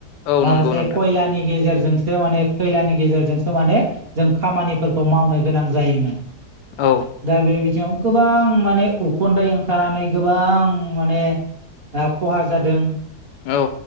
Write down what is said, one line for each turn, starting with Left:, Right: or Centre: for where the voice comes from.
Left: औ
Right: माखासे
Left: नंगौ नोंथां
Right: खयलानि गेजेरजों जोंसो माने खैलानि गेजेरजोंसो माने जों खामानिफोरखौ मावनो गोनां जायोमोन।
Left: औ
Right: दा बेयो याव गोबां माने उखुन्दै ओंखारनानै गोबां माने खहा जादों
Left: औ